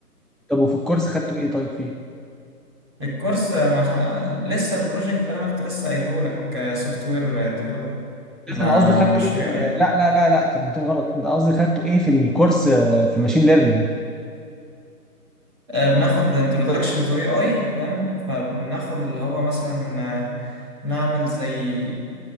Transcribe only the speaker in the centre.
طب وفي الكورس خدته ايه طيب فيه
بس انا قصدي خدته
ايه في
ال...
لا لا لا لا انت فهمتني غلط انت قصدي خدته ايه في الكورس آه، في الماشين ليرنينج